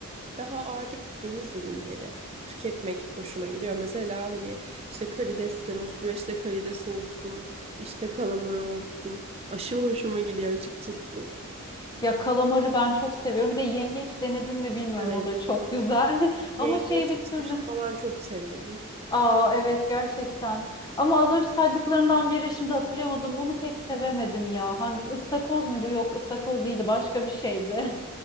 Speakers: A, on the right (about 25°); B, on the left (about 20°).
A: Daha artık deniz ürünleri tüketmek hoşuma gidiyor. Mesela hani işte karidesler olsun, güveçte karides olsun, işte kalamar olsun. Aşırı hoşuma gidiyor açıkçası.
B: Ya kalamarı ben çok seviyorum. Bir de yengeç denedin mi bilmiyorum
A: Evet.
B: o da çok güzel. <laughs>
A: Yengeçli
B: Ama şey bir türlü.
A: sushi falan çok severim.
B: Aa evet gerçekten. Ama az önce saydıklarından biri şimdi hatırlayamadım. Onu pek sevemedim ya. Hangi ıstakoz muydu? Yok, ıstakoz değildi. Başka bir şeydi.